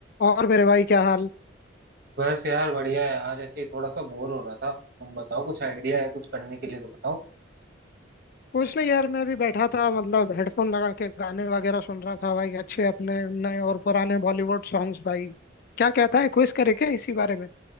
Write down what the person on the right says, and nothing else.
बस यार बढ़िया है यार ऐसे ही थोड़ा सा बोर हो रहा था तुम बताओ कुछ आइडिया है कुछ करने के लिए तो बताओ